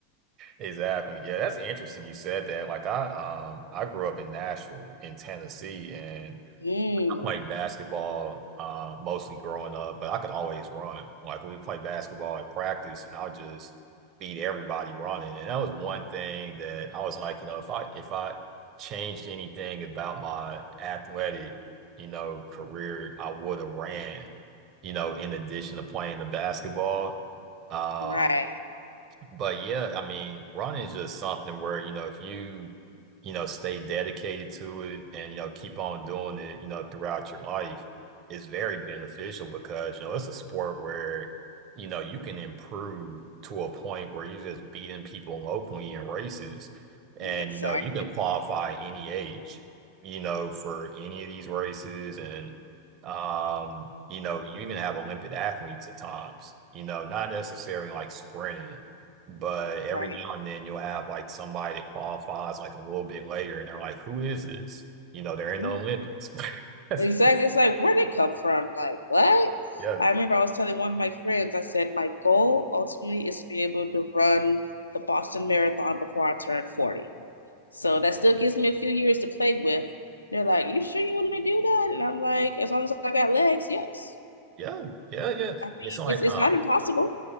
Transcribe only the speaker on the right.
Exactly. Yeah, that's interesting you said that. Like I um I grew up in Nashville in Tennessee and
I played basketball uh, mostly growing up, but I could always run. Like we would play basketball at practice, and i would just beat everybody running. And that was one thing that I was like, you know, if I if I changed anything about my athletic, you know, career, I would have ran, you know, in addition to playing the basketball. Um,
but yeah, I mean, running is just something where, you know, if you, you know, stay dedicated to it and, you know, keep on doing it, you know, throughout your life, it's very beneficial because, you know, it's a sport where, you know, you can improve to a point where you're just beating people locally in races. And,
you know, you can qualify any age, you know, for any of these races. And, um, you know, you even have Olympic athletes at times, you know, not necessarily like sprinting but every
now and then you'll have like somebody that qualifies like a little bit later and they're like, who is this? You know, they're in
the Olympics. <laughs>
Yeah.
Yeah. Yeah. Yeah.
Yeah.
It's like
um